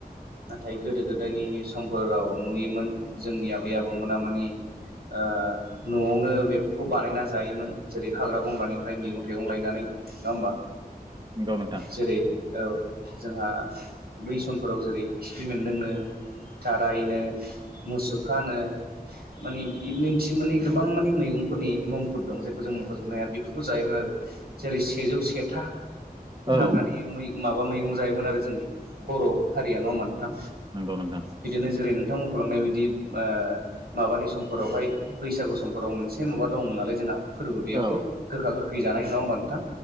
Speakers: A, on the right (about 80°); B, on the right (about 30°).
A: नाथाय गोदो गोदाय गोदोनि समफोराव नुयोमोन जोंनि आबै आबौमोना मानि ओ न'आवनो बेफोरखौ बानायना जायोमोन जेरै हाग्रा बंग्रानिफ्राय मैंगं थाइगं लायनानै नङा होमबा?
B: नंगौ नोंथां।
A: जेरै औ जोंहा बै समफोराव जेरै खिफि बेन्दोंनो थारायनो मुसुखानो, माने बिदि मिन्थि मोनै गोबां माने मैगंफोरनि मुंफोर दं जायखौ जों मख'जोबनो हाया बेफोरखौ जायोमोन आरो! जेरै सेजौ सेथा हाग्रानि
B: औ
A: मै माबा मैगं जायोमोन आरो जोंनि! बर' हारिया न' होनबा नोंथां
B: नंगौ नोंथां
A: बिदिनो जेरै नोंथां मख'लांनाय बायदि बा माबानि समफोरावहाय बैसागु समफोराव मोनसे माबा दङमोन नालाय जोंहा! फोरबो बेयावबो
B: औ
A: गोखा गोखै जानाय नङा होमबा नोंथां?